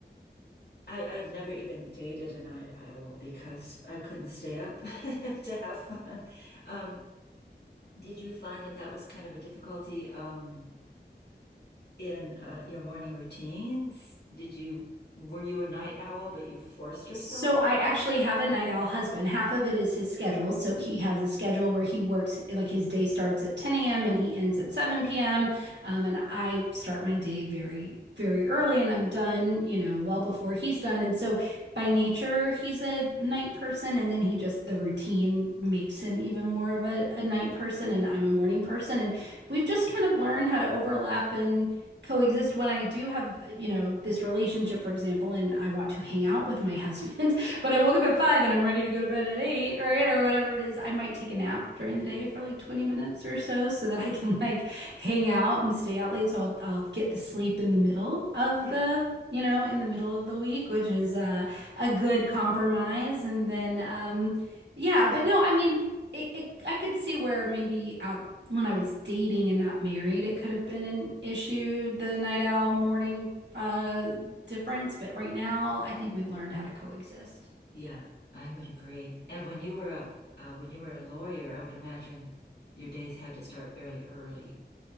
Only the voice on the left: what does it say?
I, I've never even dated a night owl because I couldn't stay up <laughs> to have fun. Um, did you find that that was kind of a difficulty um, in uh, your morning routines? Did you were you a night owl, but you forced yourself
up
to
bed?
Yeah,
yeah, I would agree. And when you were a uh, when you were a lawyer, I would imagine your days had to start fairly early.